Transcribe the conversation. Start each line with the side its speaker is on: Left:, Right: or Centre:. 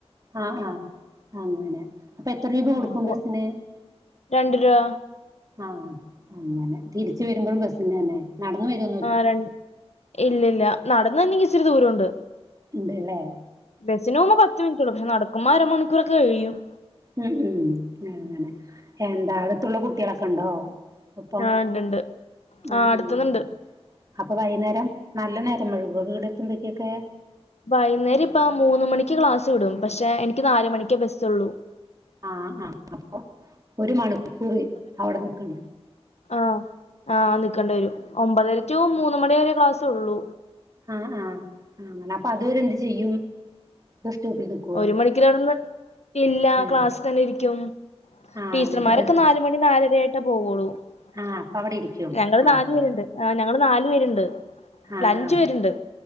Right: ആ ആ അങ്ങനെ അപ്പൊ എത്ര രൂപകൊട്ക്കും
Left: ഉം അപ്പൊ
Right: ബെസ്സിന്
Left: രണ്ട് രൂപ
Right: ആഹ് അങ്ങനെ തിരിച്ച് വെരുമ്പളും ബെസ്സിനെന്നേ നട്ന്ന് വെരൊ
Left: ആ രണ്ട് ഇല്ല, ഇല്ല നടന്നര്നങ്കി ഇച്ചിരി ദൂരോണ്ട്.
Right: ഇണ്ട് ലേ
Left: ബെസ്സിന് പോവുമ്പം പത്ത്മിൻറ്റൊള്ളൂ പക്ഷെ നടക്കുമ്പോ അരമണിക്കൂറൊക്കെ കയ്യും.
Right: ഉം ഉം അങ്ങനെഎന്താ അടുത്തുള്ള കുട്ടിയാളൊക്കെ ഇണ്ടോ ഒപ്പം
Left: ആഹ് ഇണ്ട്ണ്ട്
Right: ഉം,
Left: ആ അടുത്തുന്നുണ്ട്
Right: ഉം അപ്പൊ വൈന്നേരം നല്ല നേരംവൈകോ വീടെത്തുമ്പെയ്ക്കൊക്കെ
Left: വൈന്നേരം ഇപ്പം മൂന്ന് മണിക്ക് ക്ലാസ് വിടും പക്ഷെ എനിക്ക് നാല്മണിക്കെ ബെസ്സള്ളു.
Right: ആ ആ അപ്പൊ ഒര് മണിക്കൂറ് അവടെ നിക്കണം
Left: ആഹ് ആ നിക്കേണ്ടി വെരും ഒമ്പതര റ്റു മൂന്ന്മണി വരെ ക്ലാസൊള്ളൂ.
Right: ആ ആ അങ്ങനെ അപ്പൊ അത് വരെ എന്ത്ചെയ്യും ബെസ് സ്റ്റോപ്പിൽ നിക്കോ
Left: ഒര് മണിക്കൂറവ്ട്ന്ന് ഇല്ല
Right: ഏഹ്
Left: ക്ലാസ് തന്നെ ഇരിക്കും
Right: ആഹ്
Left: ടീച്ചർമാരൊക്കെ
Right: എന്നിട്ട് ബസ്
Left: നാല്മണി ന്നാലെരയായിടട്ടേ പോവൊളൂഞങ്ങള്
Right: ആഹ് അപ്പൊ അവിടെ ഇരിക്കും ആഹ്
Left: ന്നാല്
Right: അപ്പൊ
Left: പേരുണ്ട്
Right: പിന്നെ
Left: ആഹ് ഞങ്ങള്ന്നാല് പേരുണ്ട്.
Right: ആഹ്
Left: ല്ലഞ്ച്
Right: ആഹ്
Left: പേര്ണ്ട്